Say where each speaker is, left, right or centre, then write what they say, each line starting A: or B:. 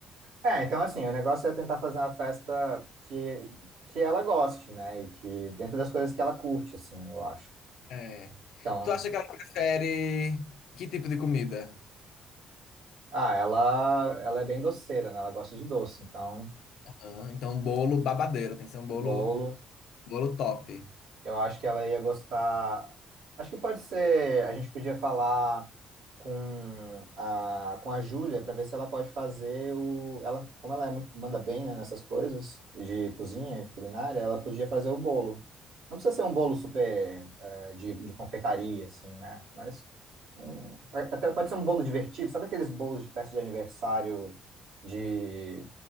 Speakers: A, on the right; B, on the left.
A: É, então assim, o negócio é tentar fazer uma festa que, que ela goste, né? E que dentro das coisas que ela curte, assim, eu acho.
B: É.
A: Então,
B: Tu acha que ela prefere que tipo de comida?
A: ah, ela, ela é bem doceira, né? Ela gosta de doce, então,
B: Aham, Então, bolo babadeiro, tem que ser um bolo,
A: bolo.
B: bolo top.
A: Eu acho que ela ia gostar. Acho que pode ser. A gente podia falar com a, com a Júlia para ver se ela pode fazer o. Ela, como ela é muito, manda bem, né, nessas coisas de cozinha, de culinária, ela podia fazer o bolo. Não precisa ser um bolo super eh, de, de confeitaria, assim, né? Mas um- até pode ser um bolo divertido. Sabe aqueles bolos de festa de aniversário de,